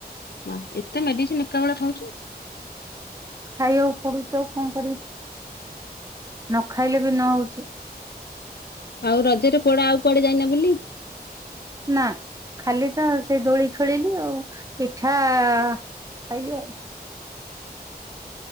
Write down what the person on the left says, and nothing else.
ମା ଏତେ ମେଡ଼ିସିନ୍ ଏକାବେଳେ ଖାଉଚୁ?
ଆଉ ରଜରେ କୁଆଡ଼େ ଆଉ କୁଆଡ଼େ ଯାଇନା ବୁଲି?